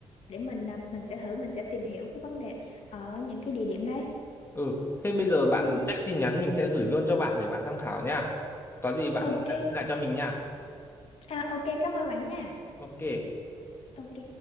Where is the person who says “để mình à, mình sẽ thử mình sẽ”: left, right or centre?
Left